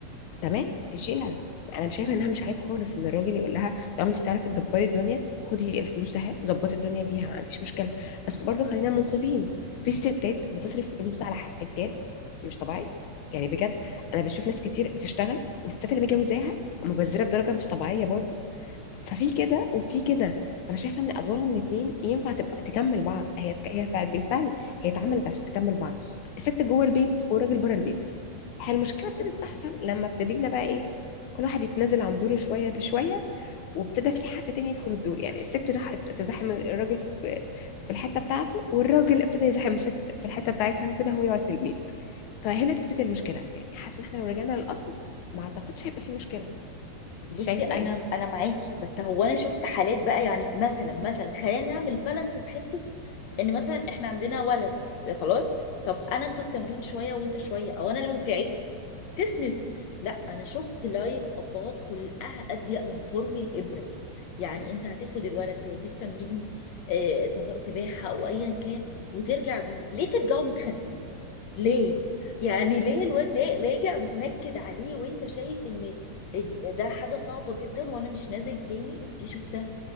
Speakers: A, on the left; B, on the left.
A: تمام تشيلها انا مش شايفه انها مش عيب خالص ان الراجل يقول لها طالما انت بتعرفي تدبري الدنيا خدي الفلوس اهي ظبطي الدنيا بيها ما عنديش مشكله بس برضو
B: صح
A: خلينا منصفين في ستات بتصرف فلوس على حاجات مش طبيعيه يعني بجد انا بشوف ناس كتير بتشتغل والستات اللي متجوزاها مبذره بدرجه مش طبيعيه برضو ففي كده وفي كده فانا شايفه ان ادوارهم الاثنين ينفع تبقى تكمل بعض هي هي فعل- بالفعل هي اتعملت عشان تكمل بعض الست جوه البيت والراجل بره البيت هي المشكله ابتدت تحصل لما ابتدينا بقى ايه كل واحد يتنازل عن دوره شويه بشويه وابتدى في حد تاني يدخل الدور يعني الست راحت تزاحم الراجل في في الحته بتاعته والراجل ابتدى يزاحم الست في الحته بتاعتها وابتدى هو يقعد في البيت فهنا ابتدت المشكله يعني حاسه ان احنا لو رجعنا للاصل ما اعتقدش هيبقى في مشكله انت
B: بصي
A: شايفه
B: انا
A: ايه
B: انا معاكي بس هو انا شفت حالات بقى يعني مثلا مثلا خلينا نعمل بالانس في حته ان مثلا احنا عندنا ولد خلاص طب انا اخده التمرين شويه وانت شويه او انا لو تعبت تسند لا انا شفت لايف ابهات خلقها اضيق من خرم الابره يعني انت هتاخد الولد توديه التمرين آه سواء سباحه او ايا كان وترجع بيه ليه ترجعوا متخانقين ليه يعني ليه الواد نا- راجع متنكد عليه وانت شايف ان ده حاجه صعبه جدا وانا مش نازل تاني دي شفتها